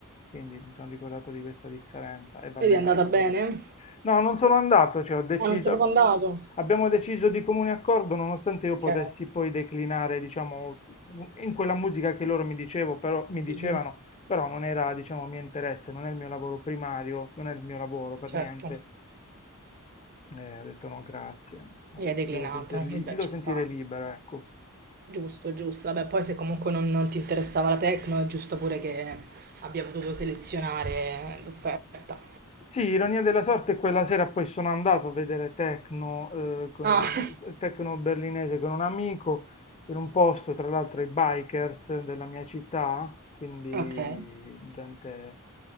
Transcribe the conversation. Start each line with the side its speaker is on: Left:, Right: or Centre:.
Left: quindi mi sono ricordato di questa differenza e va bene
Right: Vedi, è andata bene?
Left: così. No, non sono andato, cioè ho deciso,
Right: Ah, non sei proprio andato?
Left: abbiamo deciso di comune accordo, nonostante io potessi
Right: Ok.
Left: poi declinare, diciamo, in quella musica che loro mi dicevo, però, mi dicevano,
Right: Mhm.
Left: però non era, diciamo, mio interesse, non è il mio lavoro primario, non è il mio lavoro per
Right: Certo.
Left: niente. Eh, ho detto no, grazie, insomma,
Right: E hai
Left: mi
Right: declinato.
Left: devo sentir li-
Right: Vabbè,
Left: mi devo
Right: ci
Left: sentire
Right: sta.
Left: libero, ecco.
Right: Giusto, giusto. Vabbè, poi se comunque non, non ti interessava la techno, è giusto pure che abbia potuto selezionare l'offerta.
Left: Sì, ironia della sorte, quella sera poi sono andato a vedere techno, eh, con,
Right: Ah,
Left: techno berlinese con un amico in un posto, tra l'altro i bikers della mia città, quindi
Right: Okay.
Left: gente